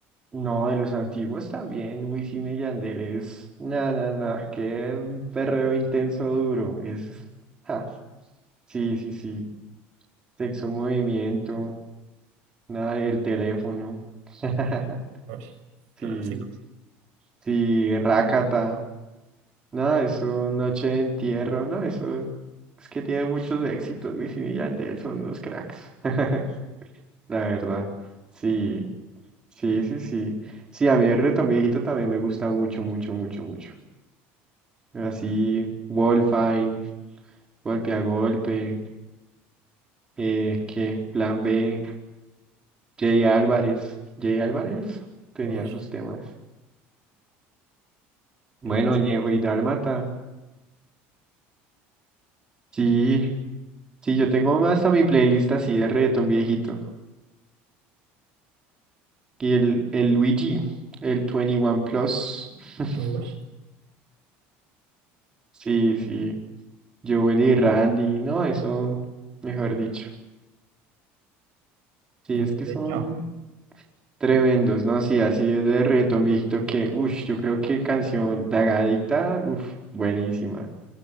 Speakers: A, on the right; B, on the right.
A: No, de los antiguos también, Wisin y Yandel es, na, na, na, qué perreo intenso duro, es, ja, sí, sí, sí, sexo movimiento, nada, el teléfono, <laughs>
B: Uy,
A: sí,
B: clásicos.
A: sí, rácata, nada, eso, noche de entierro, no, eso, es que tiene muchos éxitos, Wisin y Yandel son unos cracks, <laughs> la verdad, sí, sí, sí, sí, sí, a mí el reggaetón viejito también me gusta mucho, mucho, mucho, mucho. Así, Wolfine, golpe a golpe, eh, que Plan B, Jay Álvarez. Jay Álvarez tenía
B: Uy,
A: sus temas. Bueno,
B: clásicos.
A: Ñejo y Dálmata. Sí, sí, yo tengo hasta mi playlist así de reggaetón viejito. Y el, el Luigi, el 21 Plus. <laughs>
B: Uy,
A: Sí, sí. Joel y Randy, no, eso, mejor dicho. Sí,
B: mejor
A: es que
B: dicho.
A: son. Tremendos, ¿no? Sí, así es de reggaetón viejito que, uff, yo creo que canción Dagadicta, uff, buenísima.